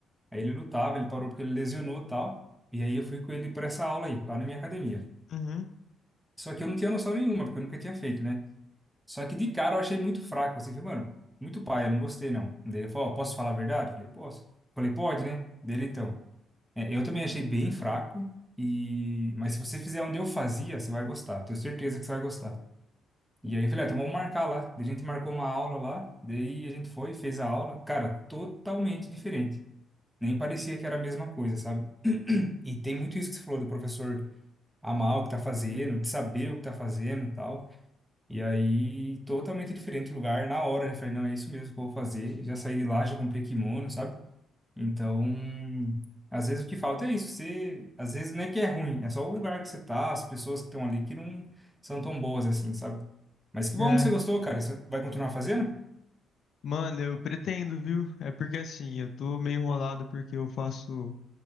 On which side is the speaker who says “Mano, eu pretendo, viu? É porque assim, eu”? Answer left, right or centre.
Left